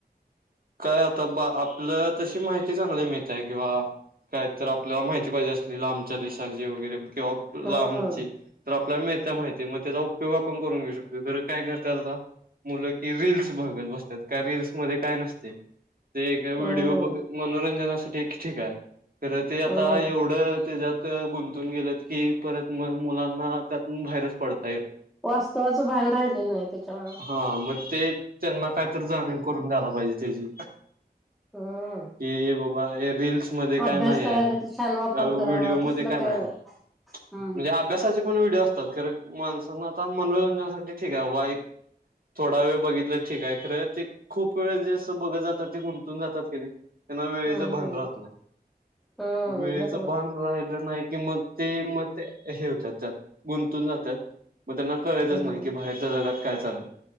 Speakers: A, on the right; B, in the centre.
A: काय आता बा आपल्या तशी माहिती चांगली मिळतय किंवा काय तर आपल्याला माहिती पाहिजे असली लांबच्या देशांची वगैरे किंवा
B: हम्म
A: लांबची तर आपल्याला मिळतंय माहितीय मग त्याचा उपयोग आपण करून घेऊ शकतो तर काय करतात आता मुलं की रीलस बघत बसतात का रीलसमध्ये काय नसत व्हिडिओ
B: हम्म
A: बघत मनोरंजनासाठी एक ठीक आहे खंर ते आता
B: हम्म
A: एवढं त्याच्यात गुंतून गेल की परत मुलांना त्यात बाहेरचं पडत
B: वास्तवाचं भान राहिलेलं नाही त्याच्यामुळं
A: हा मग ते त्यांना कायतरी जाणीव करून द्यायला पाहिजे त्याची
B: हम्म
A: की बघ की बाबा हे रील म्हणजे का
B: अभ्यास
A: नाही
B: करायसाठी छान वापर
A: व्हिडिओ
B: करावा
A: मध्ये
B: तसलं
A: काय
B: काही
A: नाही
B: हम्म
A: म्हणजे अभ्यासच पण व्हिडिओ असतात खरं माणसांना आता मनोरंजनासाठी ठीक आहे बाबा एक थोडा वेळ बघितलं ठीक आहे खरं ते खूप वेळ जे बघ जातात ते गुंतून जातात त्यांना वेळेच
B: हम्म
A: भान राहत नाही
B: हम्म
A: वेळेचं
B: बरोबर
A: भान
B: आहे
A: राहिलं नाही कि मग ते मग ते हे होतात त्यात गुंतून जातात मग त्यांना कळायचच
B: हम्म
A: नाही की बाहेरच्या जागात काय चालू